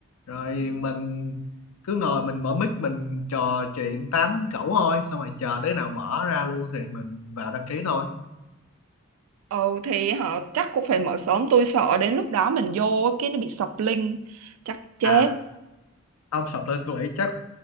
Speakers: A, on the left; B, on the right.
A: rồi mình cứ ngồi mình mở mic mình trò chuyện tám cẩu thôi xong rồi chờ đứa nào mở ra luôn thì mình vào đăng ký thôi
B: Ừ thì họ chắc cũng phải mở sớm tôi sợ đến lúc đó mình vô cái nó bị sập link chắc chết.
A: à ông sập lên tôi nghĩ chắc